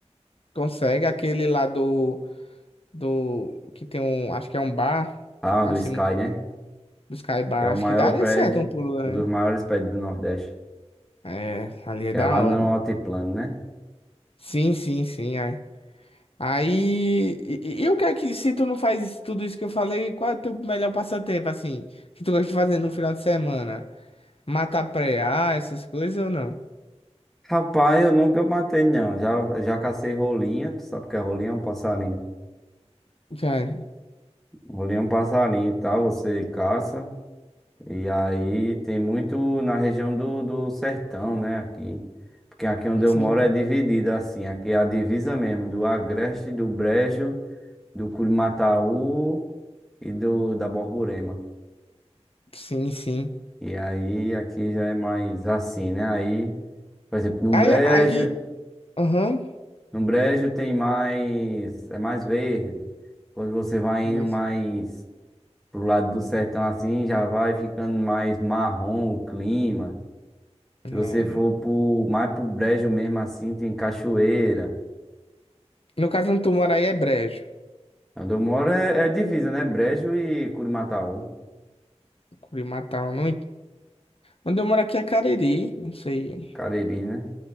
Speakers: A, on the left; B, in the centre.
A: consegue aquele lá do. do que tem um, acho que é um bar
B: Ah,
A: acima
B: do Sky,
A: do,
B: né?
A: do Sky Bar,
B: Que é o
A: acho
B: maior
A: que daria
B: prédio,
A: certo um pulo lá, né?
B: um dos maiores prédios do Nordeste.
A: É, ali é
B: Que
A: da
B: é lá no
A: hora.
B: Altiplano, né?
A: Sim, sim, sim. Aí, aí e, e e o que é que se tu não faz tudo isso que eu falei, qual é o teu melhor passatempo assim, que tu gosta de fazer no final de semana? Matar preá, essas coisas ou não?
B: Rapaz, eu nunca matei não. Já, já cacei rolinha, tu sabe o que é rolinha? É um passarinho.
A: Já,
B: Rolinha é um passarinho, tá? Você caça. E aí tem muito na região do, do sertão, né? Aqui. Porque aqui onde eu
A: sim,
B: moro é dividida assim. Aqui é a divisa mesmo, do Agreste, do Brejo, do Curimataú e do da Borborema.
A: sim, sim.
B: E aí aqui já é mais assim, né? Aí, por exemplo, no
A: Aí,
B: Brejo,
A: aí, aham.
B: no Brejo tem mais, é mais verde. Quando você vai indo
A: Isso.
B: mais pro lado do sertão assim, já vai ficando mais marrom o clima.
A: É.
B: Se você for pro, mais pro Brejo mesmo assim, tem Cachoeira.
A: No caso, onde tu mora aí é brejo.
B: Onde eu moro é, é divisa, né? Brejo e Curimataú.
A: curimatá não, não Onde eu moro aqui é Cariri, não sei.
B: Cariri, né?